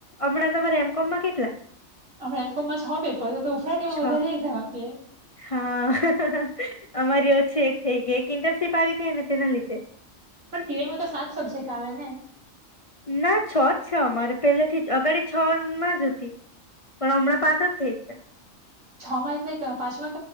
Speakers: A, on the left; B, on the right.
A: હમણાં તમારે એમ કોમ માં કેટલા?
B: અમના એમ કોમ માં છ પેપર તો <unintelligible>
A: છ
B: એક્ઝામ આપીએ
A: હા અમારી ઓછી એક થઈ ગઈ એક ઇન્ટર્નશીપ આવી ગઈ ને તેના લીધે
B: પણ ટીવાય માં તો સાત સબ્જેક્ટ આવે ને
A: ના, છ જ છે, અમારે પહેલેથી અગાડી છ માં જ હતી પણ અમણાં
B: એટલે
A: પાંચ જ થઈ ગયા
B: છ માઇ થઈ ગયા પાચ